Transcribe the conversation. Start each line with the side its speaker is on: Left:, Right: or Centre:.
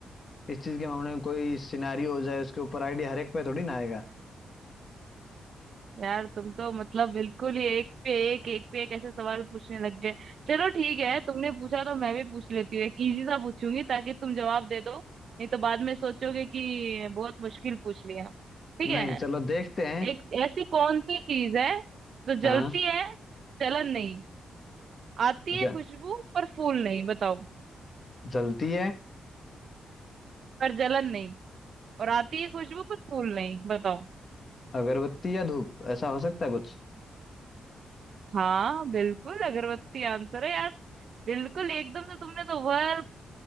Left: इस चीज के मामले में कोई सिनारियो हो जाए उसके ऊपर आइडिया हर एक पे थोड़ी ना आएगा
Right: यार तुम तो मतलब बिल्कुल ही एक पे एक एक पे एक ऐसे सवाल पूछने लग गए चलो ठीक है तुमने पूछा तो मैं भी पूछ लेती हूँ एक इजी सा पूछूंगी ताकि तुम जवाब दे दो नहीं तो बाद में सोचोगे कि बहुत मुश्किल पूछ लिया ठीक है
Left: नहीं चलो देखते हैं
Right: एक ऐसी कौन सी चीज है जो
Left: हाँ
Right: जलती है जलन नहीं आती
Left: ज-
Right: है खुशबू पर फूल नहीं बताओ
Left: जलती है
Right: पर जलन नहीं और आती है खुशबू पर फूल नहीं बताओ
Left: अगरबत्ती या धूप ऐसा हो सकता है कुछ
Right: हाँ बिल्कुल अगरबत्ती आंसर है यार बिल्कुल एकदम से तुमने तो वर्ब